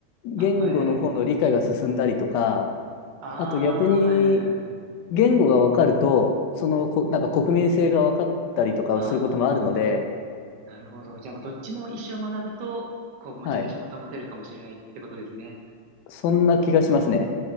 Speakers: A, on the left (about 75°); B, on the right (about 65°).
A: 言語の方の理解が進んだりとか、
B: あ、はいはいはい。ああ、
A: あと逆に
B: はいはいはいはい。
A: 言語が分かると、そのこ、なんか国民性が分かったりとかをすることもあるので、
B: ああ、なるほど。じゃあもうどっちも一生学ぶと、こうモチベーションも保てるかもしれないってことですね。
A: はい。そんな気がしますね。